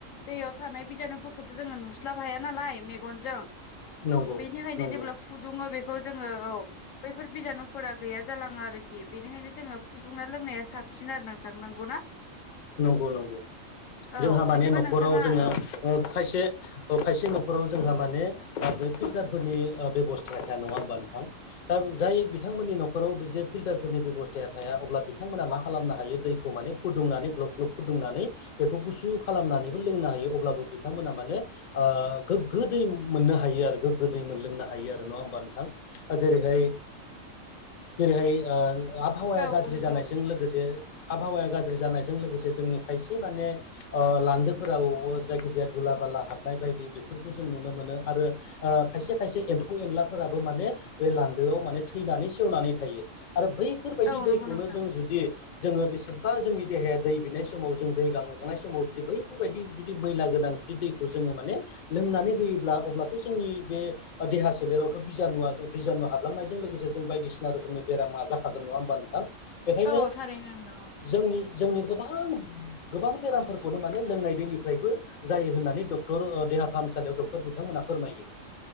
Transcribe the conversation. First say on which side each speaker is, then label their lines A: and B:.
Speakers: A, on the left (about 75°); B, on the left (about 55°).
A: दैयाव थानाय बिजानुफोरखौथ' जोङो नुस्लाब हाया नालाय मेगनजों
B: नंगौ
A: बेनिखायनो
B: नंगौ
A: जेब्ला फुदुङो बेखौ जोङो औ। बैफोर बिजानुफोरा गैया जालाङो आरोखि बेनिखायनो जोङो फुदुंना लोंनाया साबसिन आरो नोंथां। नांगौना?
B: नंगौ नंगौ
A: औ
B: जोंहा माने
A: बिदिबा
B: न'खर
A: नोंथाङा
B: नख'राव जोङो
A: औ
B: खायसे खायसे न'खराव जोंहा माने दा बे फिल्टारफोरनि बेबस्थाया थाया नङा होमबा नोंथां दा जाय बिथांमोननि न'खराव बे जे फिल्टारफोरनि बेब'स्थाया थाया अब्ला बिथांमोना मा खालामनो हायो दैखौ माने फुदुंनानै ग्लब- ग्लब फुदुंनानै बेखौ गुसु खालामनानैबो लोंनो हायो अब्लाबो बिथांमोना माने गोग्गो दै मोननो हायो आरो गोग्गो दै मोनलोंनो हायो आरो नङा होमबा नोंथां। जेरैहाय- जेरैहाय आ आबहावाया
A: औ
B: गाज्रि
A: नंगौ
B: जानायजों लोगोसे आबहावाया गाज्रि जानाय जोंनि खायसे माने लान्दोफोराव जायखिजाया धुला बाला हाबनाय बायदि बेफोरखौ जों नुनो मोनो। आरो खायसे- खायसे एम्फौ एनलाफोराबो माने बे लान्दोआव माने थैनानै सेवनानै थायो। आरो बैफोरबायदि
A: औ
B: दैखौनो
A: नंगौ नोंथां
B: जों जुदि जोङो बेसेबा जोंनि देहाया दै बिनाय समाव जों दै गांगानाय समाव जुदि बैफोरबायदि जुदि मैला गोनां जुदि दैखौ जों माने लोंनानै होयोब्ला अब्लाथ' जोंनि बे देहा सोलेरावथ' बिजानुवा बिजानु हाबलांनायजों लोगोसे जों बायदिसिना रोखोमनि बेरामा जाखागोन नङा होमबा नोंथां। बेखायनो
A: औ थारैनो नोंथां
B: जोंनि -जोंनि गोबां गोबां बेरामफोरखौनो माने लोंनाय दैनिफ्रायबो जायो होन्नानै डक्टर देहा फाहामसालियाव डक्टर बिथांमोन -' फोरमायो